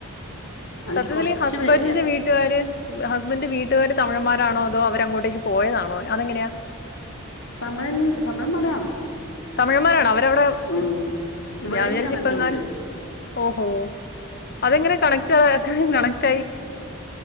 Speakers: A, on the left; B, on the left.
A: എനിക്ക്
B: സത്യത്തിലീ
A: കൊറച്ച്
B: ഹസ്ബന്റെ
A: പറ്റില്ല
B: വീട്ടുകാര് ഹസ്ബന്റെ വീട്ടുകാര് തമിഴന്മാരാണോ? അതോ അവര് അങ്ങോട്ടേക്ക് പോയതാണോ? അതെങ്ങനെയാ
A: തമിഴൻ, തമിഴന്മാരാണ്.
B: തമിഴ്മാരാണോ അവ <unintelligible>
A: ഉം
B: മ്
A: ഇവിടെ
B: ഞാൻ
A: തന്നെയാണ്
B: വിചാരിച്ചു ഇപ്പങ്ങാനും
A: അവന്റെ വീട്
B: ഓഹോ അതെങ്ങനെ കണക്റ്റ് <unintelligible> <unintelligible>